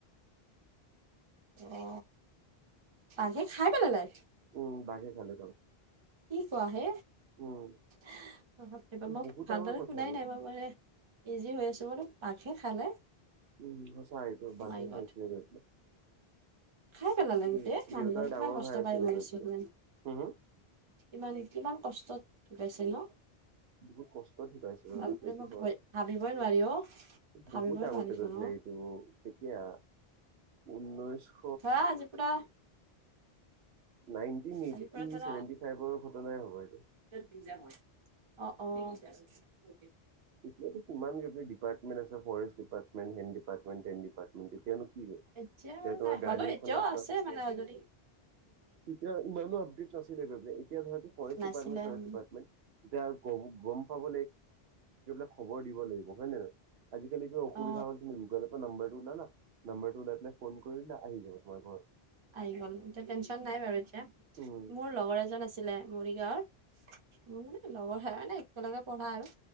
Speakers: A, on the right; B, on the right.
A: অ বাঘে খাই পেলালে?
B: উম বাঘে খালে
A: কি কোৱা হে?
B: উম
A: বাপ ৰে বাপ মই
B: বহুত
A: ভালদৰে
B: ডাঙৰ কথা
A: শুনাই
B: বাৰু
A: নাই, মই মানে বিজি হৈ আছো মানে বাঘে খালে?
B: উম সঁচা এইটো বাঘে
A: মাই গড
B: খাইছিলে
A: খাই পেলালে
B: দেউ
A: গোটেই? মানুহজন
B: দেউতাৰ
A: কিমান
B: ডাঙৰ
A: কষ্ট
B: ভাই আছিলে
A: পায় মৰিছে
B: গৈ পেলাই
A: কিজান।
B: হম হম
A: ইমান কিমান কষ্টত ঢুকাইছে ন?
B: বহুত কষ্ট ঢুকাইছিল <unintelligible>
A: বাপৰে
B: এইটো
A: মই
B: হয়।
A: ভয় ভাবিবই নোৱাৰি অ ভাবিবই
B: বহুত আগতে
A: নোৱাৰিচোন
B: গৈছিলে
A: অ
B: এই ত কেতিয়া ঊনৈছশ
A: ধৰা আজিৰ পৰা
B: নাইনটিন এইটি
A: আজিৰ পৰা ধৰা
B: ছেভেটি ফাইভৰ ঘটনাই হ'ব এইটো।
A: <unintelligible> <unintelligible>
B: এতিতো কিমান যদি ডিপাৰটেণ্ট আছে ফৰেষ্ট ডিপাৰ্টমেণ্ট, হেনড ডিপাৰ্টমেণ্ট, তেন ডিপাৰটেণ তেতিনো কি
A: এতিয়া
B: তেতিয়া
A: বাৰু
B: তোমাৰ
A: নাই, হ'লেও
B: গাড়ী এখন
A: এতিয়াও
B: ৰাস্তাত
A: আছে মানে অ যদি
B: তেতিয়া ইমানো অপডেট নাছি নাছিলে যদি। এতিয়া ধৰা ফৰেষ্ট
A: নাছিলে
B: ডিপৰ্মেন্ত চৰেচ
A: উম,
B: ডিপৰ্মেন্ত এতিয়া আৰু গ গম পাব <unintelligible> খবৰ দিব লাগিব হয় নে নাই? আজিকালি কিবা অসুবিধা
A: অ
B: হ'ল তুমি গগলৰ পৰা নাম্বাৰটো উলালা, নম্বৰটো উলাই পেলাই ফোন কৰিলা আহি যাব তোমাৰ ঘৰত।
A: আহি গ'ল এতিয়া টেনশচন নাই বাৰু এতিয়া।
B: উম
A: মোৰ লগৰ এজন আছিলে মৰিগাঁৱৰ মোৰ মানে লগৰ হয় মানে একেলগে পঢ়া আৰু।